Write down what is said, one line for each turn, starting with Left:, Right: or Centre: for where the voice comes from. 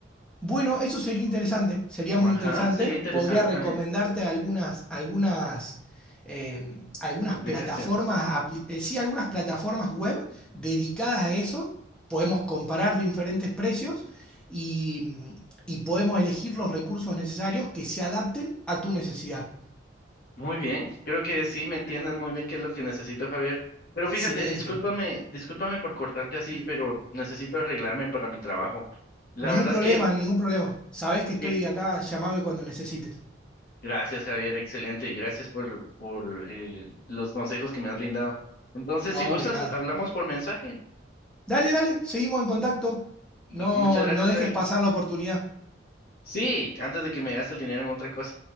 Centre: Bueno, eso sería interesante, sería
Left: ajá,
Centre: muy interesante.
Left: sería
Centre: Podría
Left: interesante
Centre: recomendarte
Left: también,
Centre: algunas, algunas, em, algunas
Left: aplicaciones.
Centre: plataformas, apli- eh, sí, algunas plataformas web
Left: Mm.
Centre: dedicadas a eso. Podemos comparar diferentes precios y, y podemos elegir los recursos necesarios que se adapten a tu necesidad.
Left: Muy bien, creo que sí, me entiendes muy bien qué es lo que necesito, Javier. Pero
Centre: Excelente,
Left: fíjate, discúlpame, discúlpame por cortarte así,
Centre: sí.
Left: pero necesito arreglarme para mi trabajo. La
Centre: Ningún
Left: verdad
Centre: problema,
Left: es que,
Centre: ningún problema. Sabés que estoy
Left: que
Centre: acá, llamame cuando necesites.
Left: Gracias, Javier, excelente. y Gracias por, por el- los consejos que me has brindado. Entonces,
Centre: No,
Left: si gustas,
Centre: de nada.
Left: hablamos por mensaje.
Centre: Dale, dale, seguimos en contacto.
Left: Bueno,
Centre: No,
Left: muchas gracias,
Centre: no dejes
Left: Javier.
Centre: pasar la oportunidad.
Left: Sí, antes de que me gaste el dinero en otra cosa.